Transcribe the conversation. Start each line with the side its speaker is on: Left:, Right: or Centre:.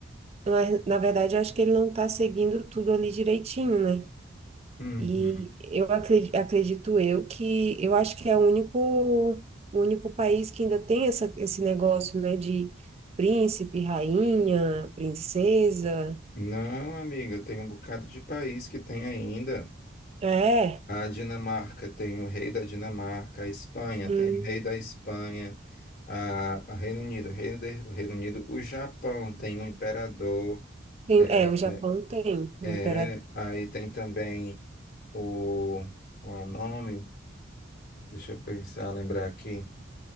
Right: na na verdade, eu acho que ele não tá seguindo tudo ali direitinho, né?
Left: uhum.
Right: E eu acre- acredito, eu que eu acho que é o único, o único país que ainda tem essa, esse negócio, né, de príncipe, rainha, princesa.
Left: Não, amiga, tem um bocado de país que tem ainda.
Right: É,
Left: A Dinamarca tem o rei da Dinamarca, a Espanha
Right: hum,
Left: tem o rei da Espanha, a, a Reino Unido, Reino, de- o Reino Unido, o Japão tem um imperador,
Right: tem- é,
Left: é,
Right: o Japão tem
Left: é,
Right: o imperador.
Left: aí tem também o, qual é o nome? Deixa eu pensar, lembrar aqui.